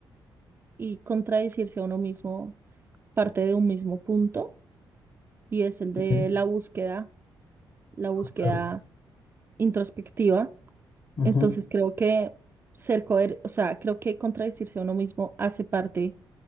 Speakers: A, on the right; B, on the left.
A: y contradecirse a uno mismo parte de un mismo punto y es el de
B: Sí,
A: la búsqueda, la búsqueda
B: total.
A: introspectiva.
B: Ujú.
A: Entonces creo que ser coherente, o sea, creo que contradecirse a uno mismo hace parte